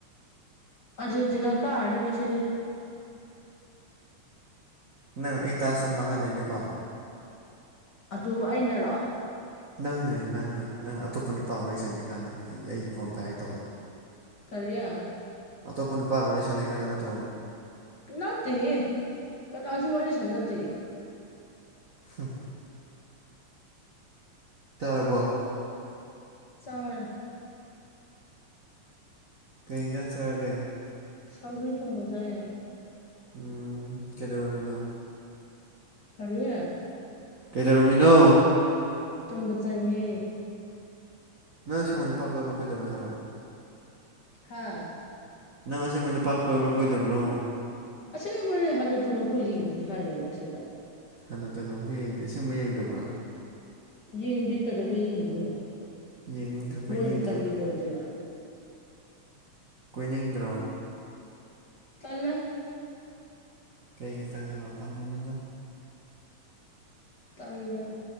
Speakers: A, on the left; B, on the right.
A: ꯑꯥꯔꯖꯦꯟꯇꯤꯅꯥ ꯀꯥꯔꯅꯤ ꯉꯁꯤꯗꯤ
B: ꯅꯪ ꯑꯩ ꯇꯥꯁ ꯑꯃ ꯃꯥꯡꯍꯜꯂꯦꯅꯤꯀꯣ꯫
A: ꯑꯗꯨꯕꯨ ꯑꯩꯅꯔꯣ
B: ꯅꯪꯅ ꯅꯪꯅ ꯅꯪꯅ ꯑꯇꯣꯞꯄ ꯅꯨꯄꯥ ꯋꯥꯔꯤ ꯁꯥꯟꯅꯩ ꯀꯥꯟꯗ ꯑꯩ ꯑꯩꯒꯤ ꯐꯣꯟ ꯄꯥꯏꯔꯛꯇꯕ
A: ꯀꯔꯤꯌꯥ꯫
B: ꯑꯇꯣꯞꯄ ꯅꯨꯄꯥ ꯋꯥꯔꯤ ꯁꯥꯟꯅꯩ ꯀꯥꯟꯗ ꯅꯠꯇ꯭ꯔꯣ
A: ꯅꯠꯇꯦꯍꯦ ꯀꯅꯥꯁꯨ ꯋꯥꯔꯤ ꯁꯥꯟꯅꯗꯦ
B: ꯍꯝ ꯇꯔꯕꯣ꯫
A: ꯆꯥꯔꯦ
B: ꯀꯩ ꯑꯦꯟꯖꯥꯡ ꯆꯔꯒꯦ
A: ꯁꯥꯎꯒ꯭ꯔꯤ ꯊꯣꯡꯕ ꯆꯥꯌꯦ꯫
B: ꯎꯝ ꯀꯩꯗꯧꯔꯝꯃꯤꯅꯣ꯫
A: ꯀꯥꯔꯤ
B: ꯀꯩꯗꯧꯔꯝꯃꯤꯅꯣ
A: ꯇꯨꯝꯕ ꯆꯪꯉꯦ꯫
B: ꯅꯪ ꯑꯁꯦꯡꯕ ꯅꯨꯄꯥ ꯀꯣꯏꯕ ꯀꯣꯏꯗꯕꯔꯥ ꯍꯥꯏꯔ‌ꯣ
A: ꯍꯥꯥ꯫
B: ꯅꯪ ꯑꯁꯦꯡꯕꯣꯏ ꯅꯨꯄꯥ ꯀꯣꯏꯕ꯭ꯔꯥ ꯀꯣꯏꯗꯕ꯭ꯔꯣ
A: ꯑꯁꯦꯡ ꯑꯃꯅꯦ ꯍꯟꯅ ꯇꯨꯅꯐꯥꯎ ꯌꯦꯡꯗꯤ ꯍꯥꯏꯔꯦ ꯃꯁꯤ ꯁꯤꯗ꯫
B: ꯍꯟꯅ ꯇꯨꯟꯅ ꯍꯣꯏ ꯌꯦꯡꯗꯦ ꯌꯦꯡꯗꯕ꯭ꯔꯥ
A: ꯌꯦꯡꯗꯦ ꯀꯩꯗꯧꯕ ꯌꯦꯡꯗꯣꯏꯅꯣ
B: ꯌꯦꯡꯅꯤꯡꯗ꯭ꯔꯣ ꯀꯣꯏꯅꯤꯡꯗ꯭ꯔꯣ
A: ꯃꯣꯏꯅ ꯀꯔꯤ ꯑꯣꯏꯗꯅ꯫
B: ꯀꯨꯏꯅꯤꯡꯗ꯭ꯔꯣ
A: ꯇꯥꯜꯂꯦ꯫
B: ꯀꯩꯒꯤ ꯇꯜꯂꯤꯕꯥ ꯇꯟꯒꯅꯨꯗꯥ
A: ꯇꯜꯂꯤ